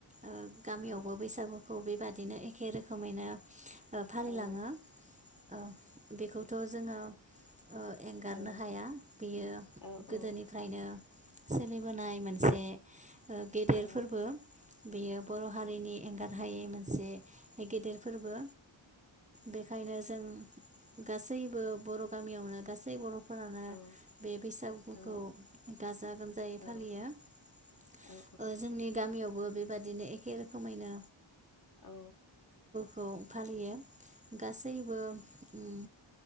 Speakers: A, on the right; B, on the left.
A: ओ गामियावबो
B: औ
A: बैसागुखौ बेबा दिनो एखे रोखोमैनो फालिलाङो
B: औ
A: औ बेखौथ जोङो ओ एंगारनो
B: औ
A: हाया बियो
B: औ
A: गोदोनिफ्रायनो
B: औ ओ
A: सोलिबोनाय मोनसे ओ गेदेर
B: औ
A: फोरबो बेयो बर'हारिनि एंगार हायै मो से गेदेर फोरबो बेखायनो जों गासैबो बर गामियावनो गासै बर' फोरानो
B: औ
A: बे बैसागुखौ
B: औ
A: गाजा गोमजायै फालियो।
B: औ
A: ओ
B: औ
A: जोंनि गा मियावबो बेबादिनो एखे रोखोमैनो
B: औ
A: खौ फालियो। गासैबो उम